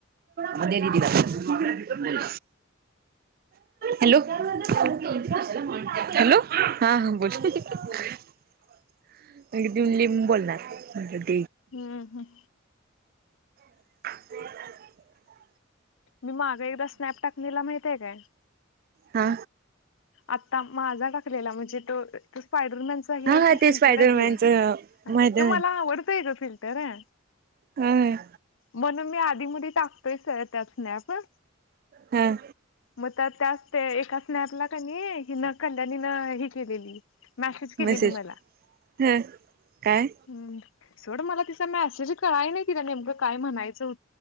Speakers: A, on the right; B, on the left.
A: म दे दीदी ला फोन, बोल. हॅलो. हॅलो हा हा बोला. <unintelligible> बोलणार म्ह
B: हम्म हम्म.
A: हो <inaudible>
B: मी माग एकदा स्नॅप टॅकलेला माहितय काय.
A: हा.
B: आता माझा टाकलेला म्हणजे तो त पा. द आहे
A: हा हा
B: की
A: ते
B: फिल्टर
A: स्पायडरमॅनच
B: आहे की
A: माहिती
B: ते मला आवडतंय ग फिल्टरे
A: हम्म.
B: म्हणून मी आधी मधी टाकतोय स त्याच स्नॅप वर.
A: हा
B: मग त्या त्याच ते एका स्नॅपला कनी हिन कल्याणी न हे केलेली. मॅसेज केलेली
A: मेसेज
B: मला.
A: ह काय
B: हम्म. सोड मला तिचा मेसेज कळाय नाही तीला नेमकं काय म्हणायचं हो